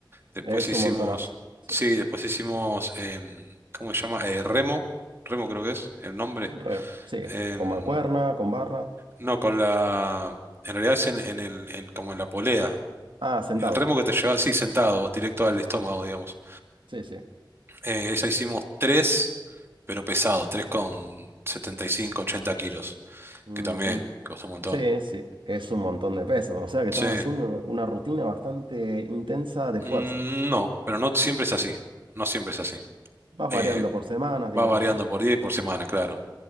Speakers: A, on the right (about 30°); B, on the right (about 85°).
A: Después
B: Es
A: hicimos,
B: un montonazo. Sí.
A: sí, después hicimos, em, ¿cómo se llama? Eh, remo, remo creo que es el nombre.
B: Re, sí,
A: Em,
B: con mancuerna, con barra.
A: no, con la, en realidad es en, en el, en- como en la polea.
B: Ah, sentado.
A: El remo que te lleva así sentado, directo al estómago,
B: Sí.
A: digamos.
B: Sí, sí.
A: Eh, esa hicimos tres, pero pesado, tres con 75 80 kilos,
B: Ujú.
A: que también costó un montón.
B: Sí, sí, es un montón de peso. O sea que estás
A: Sí,
B: haciendo una una rutina bastante intensa de
A: Mm,
B: fuerza.
A: no, pero no siempre es así, no siempre es así.
B: Vas
A: Eh,
B: variando por semanas, digamos,
A: va variando
B: ¿no?
A: por día y por semana, claro.